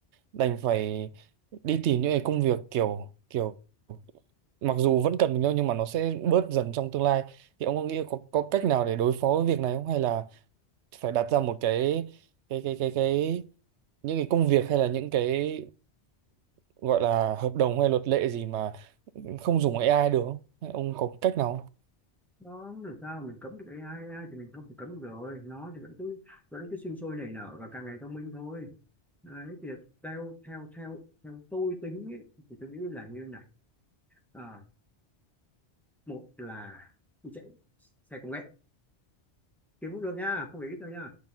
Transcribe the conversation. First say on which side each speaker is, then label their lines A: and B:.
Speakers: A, on the right; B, in the centre.
A: đành phải đi tìm những cái công việc kiểu kiểu mặc dù vẫn cần mình thôi nhưng mà nó sẽ bớt dần trong tương lai thì ông có nghĩ có có cách nào để đối phó với việc này không hay là phải đặt ra một cái cái cái cái cái những cái công việc hay là những cái gọi là hợp đồng hay luật lệ gì mà không dùng AI được không Hay ông có cách nào không?
B: nó làm sao mà mình cấm được AI AI thì mình không thể cấm được rồi nó thì vẫn cứ vẫn cứ sinh sôi nảy nở và càng ngày thông minh thôi đấy thì theo theo theo theo tôi tính ấy, thì tôi nghĩ là như này Ờ, một là chạy xe công nghệ kiếm cũng được nha không phải ít đâu nha